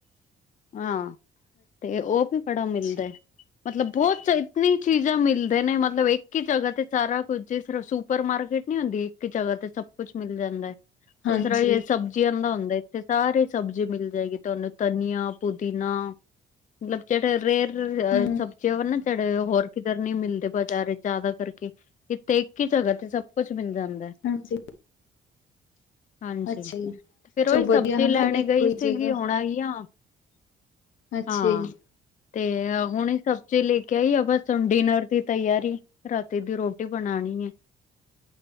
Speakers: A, on the left; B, on the left.
A: ਹਾਂ, ਤੇ ੳ ਵੀ ਬੜਾ ਮਿਲਦਾ
B: ਅੱਛਾ
A: ਏ। ਮਤਲਬ ਬਹੁਤ ਇਤਨੀ ਚੀਜ਼ਾਂ ਮਿਲਦੇ ਨੇ, ਮਤਲਬ ਇੱਕ ਹੀ ਜਗ੍ਹਾ ਤੇ ਸਾਰਾ ਕੁਝ ਜਿਸ ਤਰਾ ਸੁ ਸੁਪਰਮਾਰਕੀਟ ਨੀ ਹੁੰਦੀ, ਇੱਕ ਜਗ੍ਹਾ ਤੇ ਸਭ ਕੁਝ ਮਿਲ ਜਾਂਦਾ ਏ।
B: ਹਾਂਜੀ
A: ਉਸੇ ਤਰ੍ਹਾਂ ਸਬਜ਼ੀਆਂ ਬਨਾਦੇ ਇੱਥੇ। ਸਾਰੀ ਸਬਜ਼ੀ ਮਿਲ ਜਾਏਗੀ ਤੁਹਾਨੂੰ, ਧਨੀਆ, ਪੁਦੀਨਾ, ਮਤਲਬ ਜਿਹੜੇ ਰੇਰ ਸਬਜ਼ੀਆਂ
B: ਹਮ
A: ੳ ਨਾ ਜੇੜੇ, ਹੋਰ ਕਿੱਧਰੇ ਨਹੀਂ ਮਿਲਦੇ, ਬਾਜ਼ਾਰ ਵਿੱਚ ਜ਼ਿਆਦਾ ਕਰਕੇ। ਇੱਥੇ ਇੱਕ ਹੀ ਜਗ੍ਹਾ ਤੇ ਸਭ ਕੁੱਛ ਮਿਲ ਜਾਂਦਾ।
B: ਹਾਂਜੀ
A: ਹਾਂਜੀ।
B: ਅੱਛਾ ਜੀ
A: ਤੇ ਫੇਰ
B: ਚਲੋ
A: ਉਹੀ ਸਭ
B: ਵਧੀਆ
A: ਜੀ ਹੀ
B: ਹਨਾ
A: ਲੈਣੇ
B: ਇਹ ਵੀ ਇੱਕੋ
A: ਗਈ
B: ਹੀ
A: ਸੀਗੀ
B: ਜਗ੍ਹਾ
A: ਹੁਣ ਆਈ ਆਂ।
B: ਅੱਛਾ
A: ਹਾਂ
B: ਜੀ
A: ਤੇ ਹੁਣੀ ਸਬਜੀ ਲੈ ਕੇ ਆਈ, ਆ ਬਸ ਹੁਨ ਡਿਨਰ ਦੀ ਤਿਆਰੀ। ਰਾਤੀ ਦੀ ਰੋਟੀ ਬਣਾਨੀ ਏ।